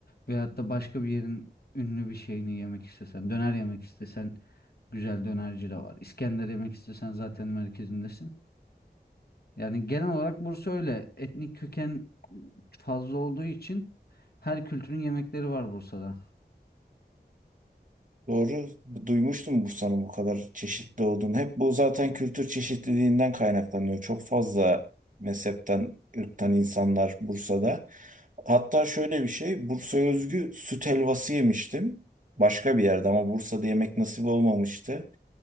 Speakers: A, on the left; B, on the right.
A: Veyahut da başka bir yerin ünlü bir şeyini yemek istesen, döner yemek istesen güzel dönerci de var. İskender yemek istesen zaten merkezindesin. Yani genel olarak Bursa öyle. Etnik köken fazla olduğu için her kültürün yemekleri var Bursa'da.
B: Doğru, duymuştum Bursa'nın bu kadar çeşitli olduğunu. Hep bu zaten kültür çeşitliliğinden kaynaklanıyor. Çok fazla mezhepten, ırktan insanlar Bursa'da. Hatta şöyle bir şey, Bursa'ya özgü süt helvası yemiştim. Başka bir yerde ama Bursa'da yemek nasip olmamıştı.